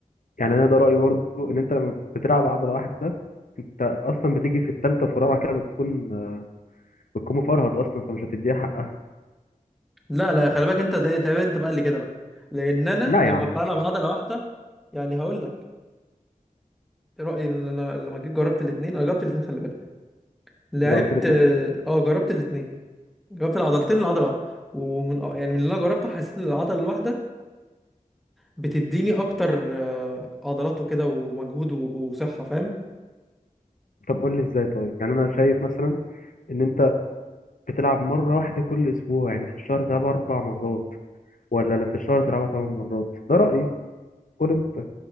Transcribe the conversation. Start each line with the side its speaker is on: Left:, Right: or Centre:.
Left: يعني انا ده رأيي برضو ان انت لما بتلعب عضلة واحدة انت اصلا بتيجي في التالتة وفي الرابعة كده بتكون بتكون مفرهد اصلا فمش هتديها حقها
Centre: لا لا خلي بالك انت زي تمام انت بقى اللي كده بقى لان انا
Left: لا
Centre: لما
Left: يا عم
Centre: بلعب عضله واحده يعني هقول لك رايي ان انا لما جيت جربت الاثنين انا جربت الاثنين خلي بالك لعبت
Left: جربت الاتنين
Centre: اه آه، جربت الاثنين جربت العضلتين والعضله واحده ومن اه، يعني من اللي انا جربته حسيت ان العضله الواحده بتديني اكتر اه، عضلات وكده ومجهود و- وصحه فاهم
Left: طب قول لي ازاي طيب يعني انا شايف مثلا ان انت بتلعب مره واحده كل اسبوع يعني في الشهر بتلعبها اربع مرات ولا لو في الشهر تلعبها ثمان مرات ده رايي قول انت